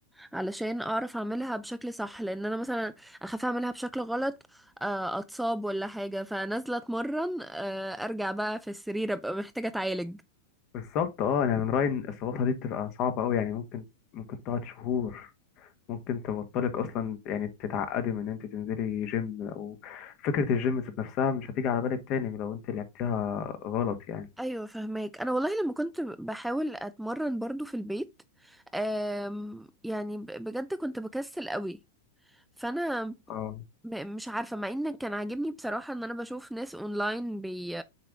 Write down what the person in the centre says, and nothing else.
علشان اعرف اعملها بشكل صح لان انا مثلا اخاف اعملها بشكل غلط آه، اتصاب ولا حاجة فنازلة اتمرن آه، ارجع بقى في السرير ابقى محتاجة اتعالج
ايوه فهماك انا والله لما كنت بحاول اتمرن برضو في البيت أم يعني ب- بجد كنت بكسل قوي فانا
م- مش عارفه مع ان كان عاجبني بصراحه ان انا بشوف ناس اونلاين بي